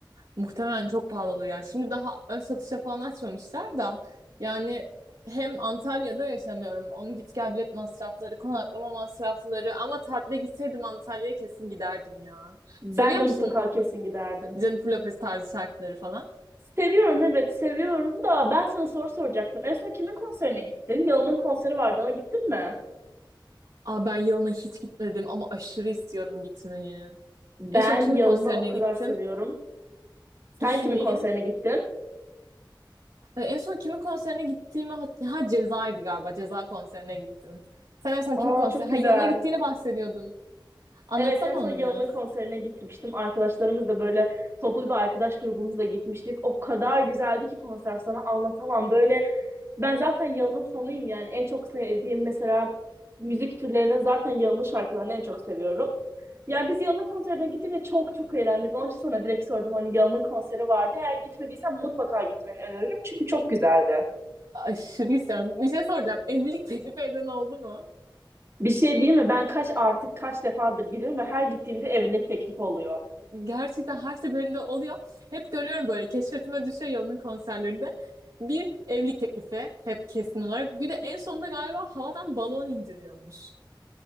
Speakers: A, on the right; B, on the right.
A: Muhtemelen çok pahalı olur ya. Şimdi daha ön satışa falan açmamışlar da yani hem Antalya'da yaşamıyorum. Onun git gel bilet masrafları, konaklama masrafları ama tatile gitseydim Antalya'ya kesin giderdim ya.
B: Ben
A: Seviyor
B: de
A: musun
B: mutlaka kesin giderdim.
A: Jennifer Lopez tarzı şarkıları falan?
B: Seviyorum evet seviyorum da ben sana soru soracaktım. En son kimin konserine gittin? Yalın'ın konseri vardı ona gittin mi?
A: Aa, ben yılına hiç gitmedim ama aşırı istiyorum gitmeyi.
B: Ben
A: En son kimin
B: Yalın'ı
A: konserine
B: o kadar
A: gittim?
B: seviyorum. Sen
A: Düşüneyim.
B: kimin konserine gittin?
A: Ay, En son kimin konserine gittiğimi hat- ha Ceza'ydı galiba. Ceza konserine gittim. Sen en son
B: Aa
A: kimin konser
B: çok
A: ha
B: güzel.
A: yılına gittiğini bahsediyordun. Anlatsana
B: Evet en son
A: onu
B: Yılan'ın
A: biraz.
B: konserine gitmiştim. Arkadaşlarımız da böyle toplu bir arkadaş grubumuzla gitmiştik. O kadar güzeldi ki konser sana anlatamam. Böyle ben zaten Yılan'ın fanıyım yani. En çok sevdiğim mesela müzik türlerine zaten Yılan'ın şarkılarını en çok seviyorum. Yani biz Yılan'ın konserine gittik ve çok çok eğlendik. Onun için sana direkt sordum hani Yılan'ın konseri vardı. Eğer gitmediysen mutlaka gitmeni öneririm. Çünkü çok güzeldi.
A: Aşırı istiyorum. Bir şey soracağım. Evlilik teklifi eden oldu mu?
B: Bir şey değil mi? Ben kaç artık kaç defadır gidiyorum ve her gittiğimde evlilik teklif oluyor.
A: Gerçekten her seferinde oluyor. Hep görüyorum böyle keşfetime düşüyor Yalın'ın konserlerinde. Bir evlilik teklifi hep kesin olarak. Bir de en sonunda galiba havadan balon indiriyormuş.